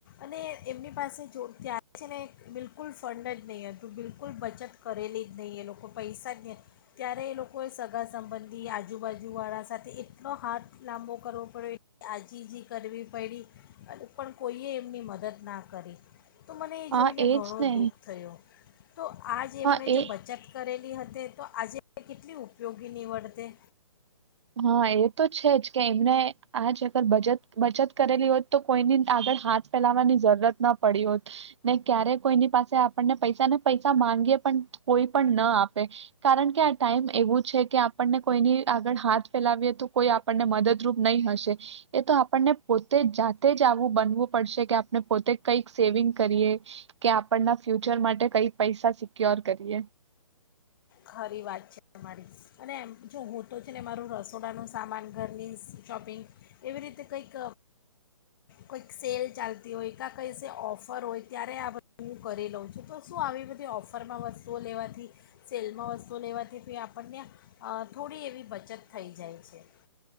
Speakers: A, on the left; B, on the right.
A: અને એમની પાસે જો ત્યારે છે ને બિલકુલ ફંડ જ નહીં હતું બિલકુલ બચત કરેલી જ નહીં એ લોકો પૈસા જ નહીં. ત્યારે એ લોકોએ સગા સંબંધી આજુબાજુવાળા સાથે એટલો હાથ લાંબો કરવો પડ્યો આજીજી કરવી પડી પણ કોઈએ એમની મદદ ના કરી. તો મને એ
B: હા
A: જોઈને
B: એજ
A: ઘણો
B: ને
A: દુઃખ થયો. તો આજ એમણે
B: હા
A: જો
B: એ
A: બચત કરેલ. હતી તો આજે. તે કેટલી ઉપયોગી નીવડતે.
B: હા એ તો છે જ કે એમને આજ ગર બચત બચત. કરેલી હોત તો કોઈની આગળ હાથ ફેલાવાની જરૂરત ના પડી હોત ને ક્યારે કોઈની પાસે આપણને પૈસા ને પૈસા માંગીએ પણ કોઈ પણ ના આપે કારણ કે આ ટાઈમ એવું છે કે આપણને કોઈની આગળ હાથ. ફેલાવીએ તો કોઈ આપણને મદદરૂપ નહીં હશે એ તો આપણને પોતે જાતે જ આવું બનવું પડશે કે આપણે પોતે કઈક સેવિંગ કરીએ કે આપણના ફ્યુચર માટે કઈ પૈસા સિક્યોર કરીએ.
A: ખરી વાત છે મારી અનેમ જો હું તો છે ને મારું રસોડાનું સામાન ઘરની શોપિંગ એવી રીતે કંઈક કંઈક સેલ ચાલતી હોય કાં કઈ છે ઓફર હોય ત્યારે આ બધ હું કરી લઉં છું તો શું આવી બધી ઓફરમાં વસ્તુઓ લેવાથી. સેલમાં વસ્તુ લેવાથી આપણને થોડી એવી બચત થઈ જાય છે.